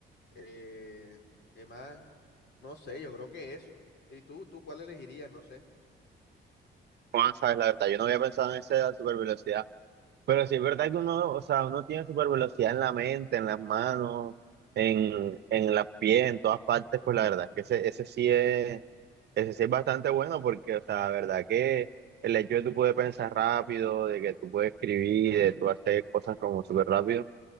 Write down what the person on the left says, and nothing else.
Eh, ¿qué más? No sé, yo creo que eso. ¿Y tú, tú cuál elegirías? No sé.